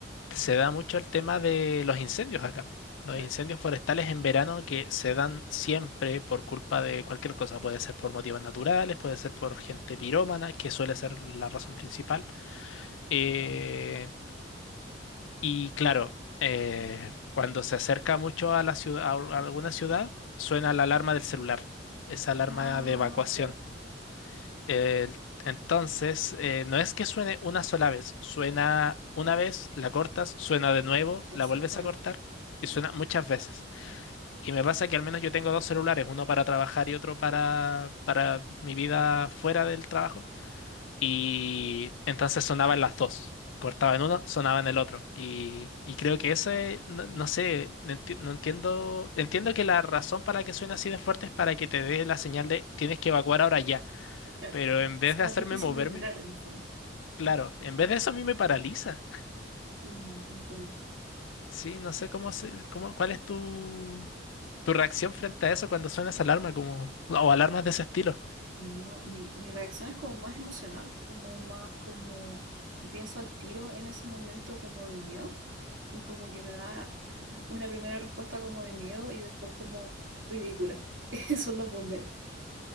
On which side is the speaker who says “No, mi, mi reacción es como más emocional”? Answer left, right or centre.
Right